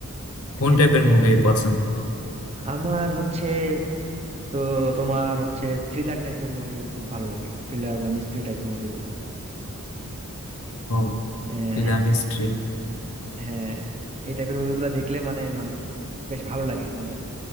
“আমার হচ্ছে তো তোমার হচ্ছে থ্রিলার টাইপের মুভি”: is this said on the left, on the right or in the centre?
Right